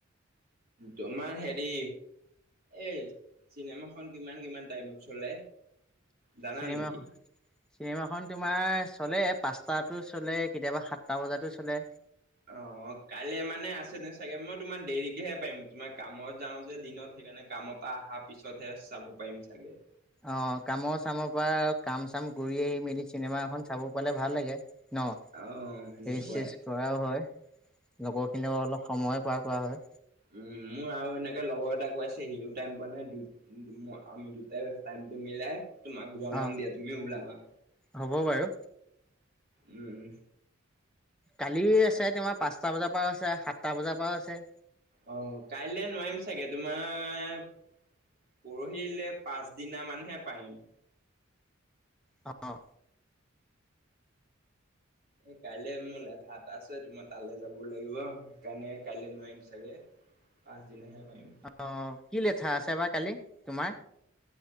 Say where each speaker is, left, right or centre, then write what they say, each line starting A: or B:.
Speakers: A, on the right; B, in the centre.
A: তোমাৰ হেৰি এই চিনেমা খন কিমান কিমান টাইমত চলে? জানা
B: চিনেমা
A: নেকি
B: খ। চিনেমাখন তোমাৰ চলে পাঁচটাতো চলে কেতিয়াবা সাতটা বজাতো চলে।
A: অ কাইলে মানে আছে ন চাগে মই তোমাৰ দেৰিকেহে পাৰিম তোমাৰ কামত যাওঁ যে দিনত সেইকাৰণে কামৰ এটা অহা পিছতহে চাব পাৰিম চাগে।
B: অঁ, কামৰ চামৰ পৰা কাম চাম কৰি আহি মেলি চিনেমা এখন চাব পালে ভাল লাগে। ন
A: অ সেনেকুৱাই
B: ৰেচ চেচ কৰাও হয়। লগৰখিনিও অলপ সময় পাৰ কৰা হয়।
A: উম মোৰ আৰু এনেকে লগৰ এটা কৈ আছে সিও টাইম পোৱা নাই দুই আমি দুটাই টাইমটো মিলাই তোমাক জনাম
B: অ'।
A: দিয়া তুমি ওলাবা।
B: হ'ব বাৰু।
A: উম উম।
B: কালি আছে
A: তাক-
B: তোমাৰ পাঁচটা বজাৰ পৰাও আছে সাতটা বজাৰ পৰাও আছে।
A: অঁ, কাইলে নোৱাৰিম চাগে তোমাৰ পৰহিলে পাছদিনা মানহে পাৰিম।
B: অঁ।
A: এ কাইলৈ মোৰ লেঠা এটা আছে তোমাৰ তালৈ যাব লাগিব সেইকাৰণে কাইলৈ নোৱাৰিম চাগে। পাঁচদিনাহে পাৰিম।
B: অঁ, কি লেঠা আছে বা কালি তোমাৰ?